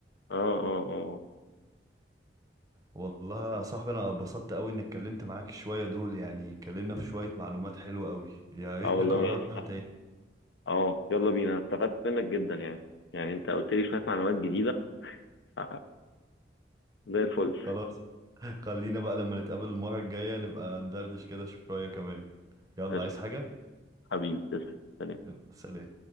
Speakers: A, on the left; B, on the right.
A: اه اه اه
B: والله يا صاحبي انا اتبسطت قوي اني اتكلمت معاك شوية دول يعني اتكلمنا في شوية معلومات حلوة قوي يا ريت
A: اه والله
B: نكررها
A: يا أستاذ.
B: تاني
A: اه يلا بينا أنا استفدت منك جدا يعني يعني انت قلت لي شوية معلومات جديدة ف- زي الفل
B: خلاص <laughs> خلينا بقى لما نتقابل المرة الجاية نبقى ندردش كده شوية كمان يلا
A: قشطة
B: عايز حاجة
A: حبيبي تسلم سلام
B: يلا، سلام